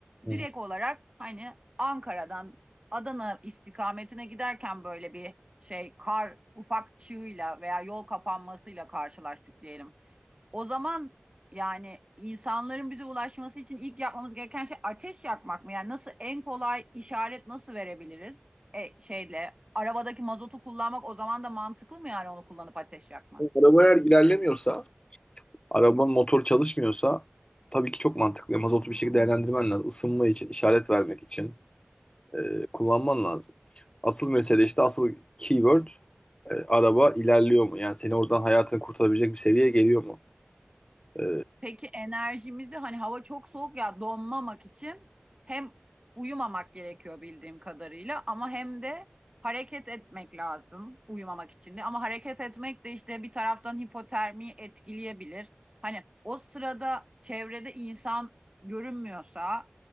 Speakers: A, on the left; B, on the right.
A: Hı.
B: direkt olarak hani Ankara'dan Adana istikametine giderken böyle bir şey kar ufak çığıyla veya yol kapanmasıyla karşılaştık diyelim. O zaman yani insanların bize ulaşması için ilk yapmamız gereken şey ateş yakmak mı? Yani nasıl en kolay işaret nasıl verebiliriz? E, şeyle arabadaki mazotu kullanmak o zaman da mantıklı mı yani onu kullanıp ateş yakmak?
A: Araba eğer ilerlemiyorsa Arabanın motoru çalışmıyorsa tabii ki çok mantıklı. Mazotu bir şekilde değerlendirmen lazım. Isınma için, işaret vermek için e, kullanman lazım. Asıl mesele işte asıl keyword e, araba ilerliyor mu? Yani seni oradan hayatını kurtarabilecek bir seviyeye geliyor mu? E,
B: Peki enerjimizi hani hava çok soğuk ya donmamak için hem uyumamak gerekiyor bildiğim kadarıyla ama hem de hareket etmek lazım uyumamak için de. Ama hareket etmek de işte bir taraftan hipotermiyi etkileyebilir. Hani o sırada çevrede insan görünmüyorsa